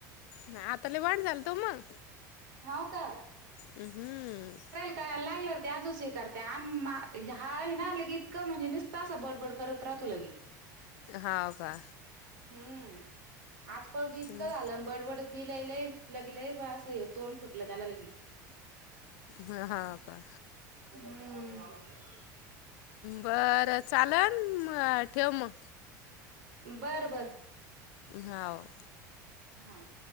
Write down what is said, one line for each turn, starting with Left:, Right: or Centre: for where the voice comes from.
Left: नाही, आता लय भांड झाला तो मग.
Right: हाव का?
Left: अम, हम्म.
Right: यला लागल ते आजच हे करत्या. आम हा आहे ना, लगे क म्हणजे निस्ता असा, बडबड करत राहतो लगे.
Left: हाव, का.
Right: हम्म. आचपळ बी इतकं
Left: हम्म.
Right: झालं बडबडत बि लईलई, लगलगे. असं तोंड सुटलं त्याला लगी.
Left: ह, हाव का?
Right: हम्म.
Left: बरं, चालन. म ठेव मग.
Right: बरं, बर.
Left: हाव.
Right: हाव.